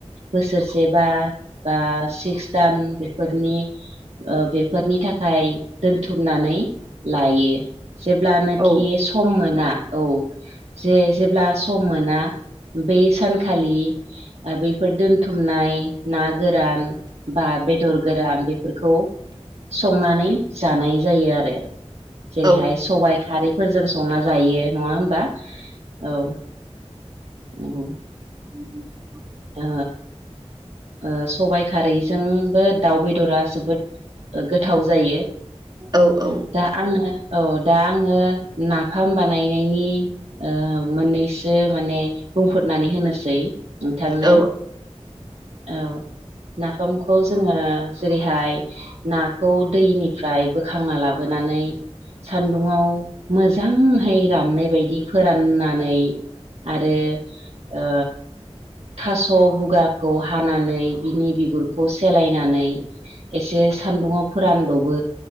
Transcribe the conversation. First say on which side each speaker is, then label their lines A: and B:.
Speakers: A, on the right; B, on the right.
A: बोसोरसे बा बा सिक्स दान बेफोरनि ओ बेफोरनि थाखाय दोनथुमनानै लायो जेब्लानाखि
B: औ
A: सम मोना औ जे जेब्ला सम मोना बै सानखालि बेैफोर दोनथुमनाय। ना गोरान बा बेदर गोरान बेफोरखौ संनानै जानाय जायो आरो। जेरैहाय
B: औ
A: सबाय खारैफोरजों संना जायो नङा होमबा औ। औ।
B: उमम <unintelligible>
A: ओ ओ सबाय खारैजोंबो दाउ बेदरा जोबोद गोथाव जायो
B: औ औ
A: दा आङो औ दा आङो नाफाम बानायनायनि ओ मोननैसो माने बुंफोरनानै होनोसै। थांनो
B: औ
A: औ नाफामखौ जोङो जेरैहाय नाखौ दैनिफ्राय बोखांना लाबोनानै सान्दुंआव मोजांहै राननाय बायदि फोराननानै। आरो ओ थास' बुगाखौ हानानै बिनि बिगुरखौ सेलायनानै एसे सान्दुंङाव फोरानदबो